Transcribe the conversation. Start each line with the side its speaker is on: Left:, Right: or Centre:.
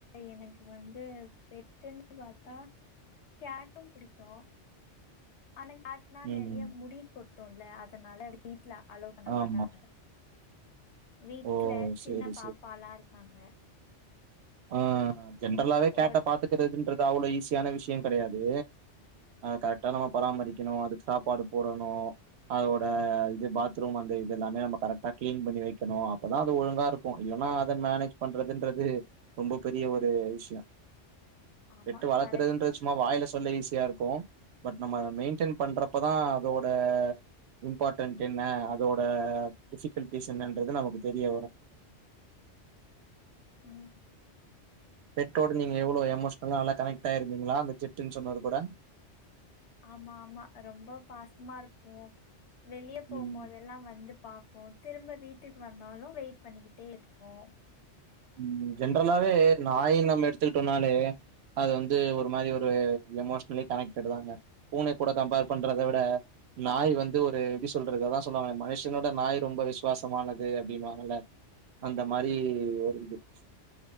Left: யெனக்கு வந்து பெட்டுன்னு பாத்தா கேட்டும் பிடிக்கு ஆனா கேட்னா
Right: ம்
Left: நெறய முடி கொட்டுல்ல அதனால வீட்ல அலோ பண்ண
Right: ஆமா
Left: மாட்டாங்க வீட்ல
Right: ஓ
Left: சின்ன
Right: சேரி
Left: பாப்பாலா ருக் ஆங்க
Right: ஆஹ் ஜென்ரலாவே கேட்ட
Left: ஓட
Right: பாத்துக்கறதுன்னு அவ்ளோவ் ஈஸியான விஷயம் கெடயாது கரெக்டா நம்ம பராமரிக்கணு அதுக்கு சாப்பாடு போடணு அதோட யிது பாத்ரூம் அந்த யிதுயெல்லாமே நம்ம கரெக்டா கிளீன் பண்ணி வைக்கணும் அப்பதான் அது ஒழுங்காருக்கு யில்லன்னா அதை மேனேஜ் பண்றதுன்றது ரொம்ப பெரிய ஒரு விஷய
Left: ஆமா
Right: பெட்டு வளர்க்கறதுன்ற
Left: கரெக்ட்
Right: சும்மா வாய்ல சொல்ல ஈஸியாருக்கு பட் நம்ம அதை மெயின்டைன் பண்றப்பதான் அதோட இம்பார்ட் என்ன அதோட டிஃபிகல்டிஸ் என்னன்றது நமக்கு தெரிய வரும்
Left: உம்
Right: பெட்டோடு நீங்க எவ்ளோ எமோஸ் அதல்லா நல்லா கனெக்ட்டாயிருந்தீங்களா அந்த ஜட்டுன்னு சொன்னது கூட
Left: ஆமா ஆமா ரொம்ப பாசமாருக்கு வெளியே போம்போதெல்லா
Right: ம்
Left: வந்து பாக்கு திரும்ப வீட்டு வீட்டுக் வந்தாலு வெயிட் பண்ணிக்கிட்டேருக்கு ஹோ
Right: உம் ஜென்ரல்லாவே நாய்னா நம்ம எடுத்துக்கிட்டோனாலே அது வந்து ஒரு மாரி ஒரு எமோஷனலி கனெக்ட்டடு தாங்க பூனை கூட கம்பேர் பண்றத விட நாய் வந்து ஒரு எப்டி சொல்றது அதா சொல்லுவாங்கள மனுஷனோட நாய் ரொம்ப விசுவாசமானது அப்டின்னு வாங்கல்ல அந்த மாரி வெரி குட் ஸ்